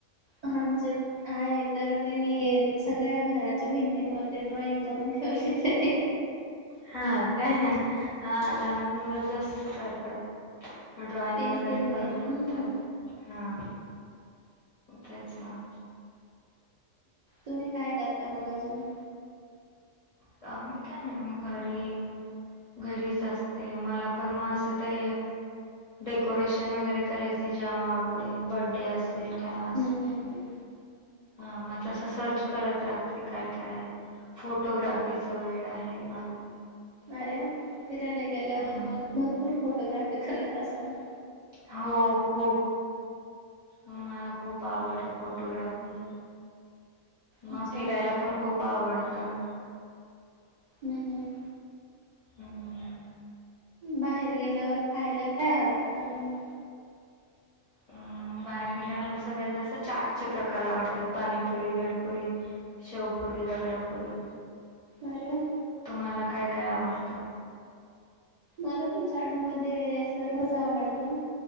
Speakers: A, on the right (about 55°); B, on the left (about 45°).
A: आमच आहे तर तीनी सगळ्या घराच्या भिंतींवरती ड्रॉइंग करून ठेवलेलय.
B: हा का हा लहान मुलं तसच करतात. ड्रॉइंग
A: पेन्सिलने
B: वगैरे करून
A: हम्म
B: ठवतात हा तेच ना.
A: तुम्ही काय करता मग अजून
B: काम मी काय नाय मी घरी घरीच असते मला पण म असं ते डेकोरेशन वगैरे करायची जाम आवड ये बर्डे असेल काय असेल
A: हम्म हम्म हम्म
B: हा मग तस सर्च करत राहते काय काय फोटोग्राफीच वेड आहे मला.
A: अरे वा फिरायला गेल्यावर
B: हम्म
A: मग भरपूर फोटोग्राफी करत असाल.
B: हो खूप मला खूप आवड आहे फोटोग्राफी. म
A: अच्छा
B: फिरायला पण खूप आवडत ना.
A: हम्म हम्म
B: हम्म
A: बाहेर गेल्यावर खायला काय आवडतं आणि मग
B: हम्म बाहेर गेल्यावर सगळ्यात जास्त चाटचे प्रकार आवडतात पाणीपुरी, भेळपुरी, शेवपुरी पुरी, रगडापुरी
A: अरे वा!
B: मला काय काय आवडतं.
A: मला पण चाट मध्ये सर्वच आवडत पण